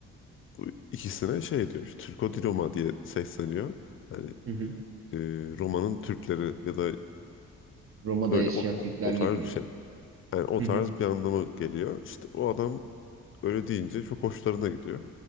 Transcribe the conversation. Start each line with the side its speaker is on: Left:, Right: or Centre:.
Left: bu ikisine şey diyor işte, Turco di Roma diye sesleniyor. Yani
Right: Hı hı.
Left: e, Roma'nın Türkleri ya da
Right: Roma'da
Left: öyle
Right: yaşayan
Left: o,
Right: Türkler
Left: o, o
Right: gibi
Left: tarz
Right: mi?
Left: bir şey. Yani o
Right: Hı
Left: tarz
Right: hı.
Left: bir anlama geliyor. İşte o adam Öyle deyince çok hoşlarına gidiyor.